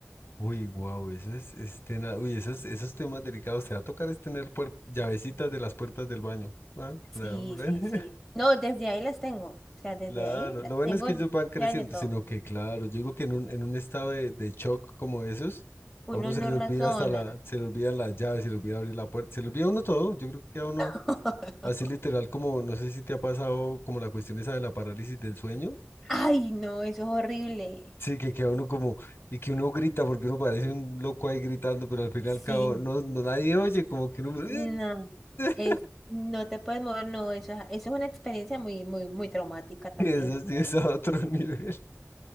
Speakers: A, on the left; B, in the centre.
A: Uy, wow, eso es, es tena- Uy, esos, esos temas delicados. Se va a tocar es tener puer- llavecitas de las puertas del baño. Ah,
B: Sí,
A: bra- bra.
B: sí, sí.
A: <laughs>
B: No, desde ahí las tengo. O sea, desde
A: Claro,
B: ahí las
A: lo bueno
B: tengo
A: es que ellos van creciendo,
B: ya de todo.
A: sino que claro, yo digo que en un, en un estado de, de shock como esos, a
B: Uno
A: uno se
B: no
A: le
B: razona.
A: olvida hasta la, se le olvidan las llaves, se le olvida abrir la puerta, se le olvida a uno todo, yo creo que a uno
B: <laughs>
A: así literal como, no sé si te ha pasado como la cuestión esa de la parálisis del sueño,
B: Ay, no, eso es horrible.
A: sí, que queda uno como, y que uno grita porque uno parece un loco ahí gritando, pero al fin
B: Sí,
A: y al cabo no, no nadie oye, como que uno,
B: no. Es,
A: <laughs>
B: no te puedes mover, no, eso, es- eso es una experiencia muy, muy, muy traumática también,
A: eso
B: no
A: sí
B: creo.
A: es a otro <laughs> nivel.